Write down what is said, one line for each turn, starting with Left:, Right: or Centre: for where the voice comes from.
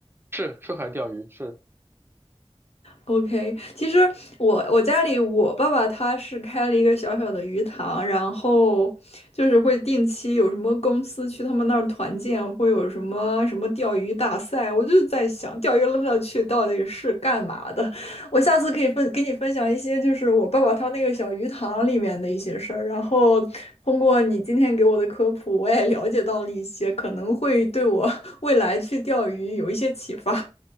Right: 是，出海钓鱼是。
Left: OK，其实我我家里我爸爸他是开了一个小小的鱼塘，然后就是会定期有什么公司去他们那儿团建，会有什么什么钓鱼大赛。我就在想，钓鱼的乐趣到底是干嘛的？我下次可以分给你分享一些，就是我爸爸他那个小鱼塘里面的一些事儿。然后通过你今天给我的科普，我也了解到了一些，可能会对我 <laughs> 未来去钓鱼有一些启发。